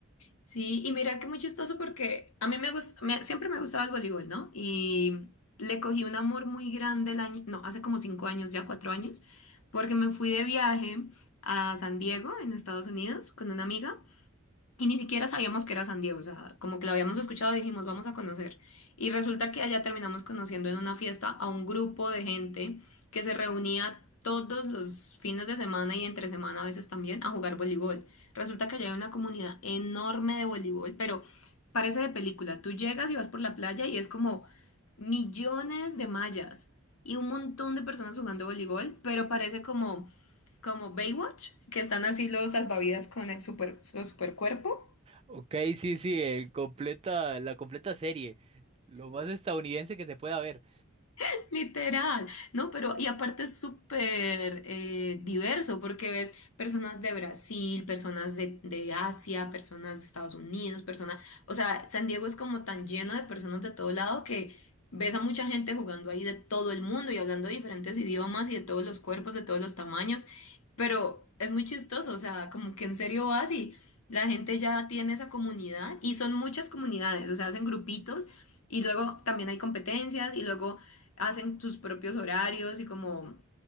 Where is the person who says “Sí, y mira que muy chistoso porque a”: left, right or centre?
Left